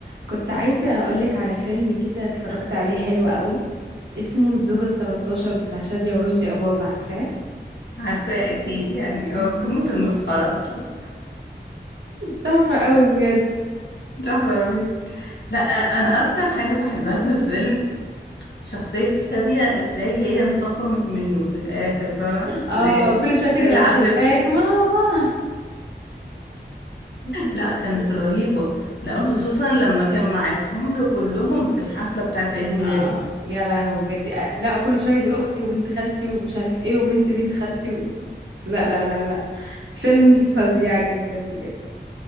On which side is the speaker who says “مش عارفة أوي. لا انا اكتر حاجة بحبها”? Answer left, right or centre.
Left